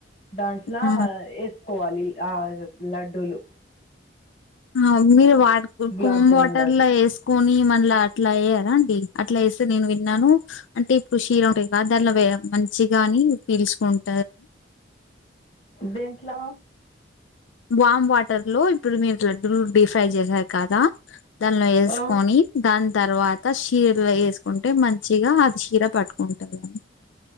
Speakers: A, on the left; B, on the left.
A: దాంట్లో
B: ఆ
A: వేసుకోవాలి ఆ లడ్డూలు
B: మమ్మీ వా
A: గులాబ్
B: కోమ్
A: జామున్
B: వాటర్
A: లడ్డూలు
B: లో వేసుకొని మ అట్లా అట్లా ఎయ్యాలా అండి అట్లా వేస్తే నేను విన్నాను అంటే ఇప్పుడు క్షీరం లో <unintelligible> మంచి గాని పీలుచకుంట
A: దేంట్లో
B: వామ్ వాటర్ లో ఇప్పుడు మీరు లడ్డూలు డీ ఫ్రై చేసారు కదా దానిలో వేసుకొని
A: ఆ
B: దాని తర్వాత చీరలో వేసుకుంటే మంచిగా అది చీర పట్టుకుంటుంది కాని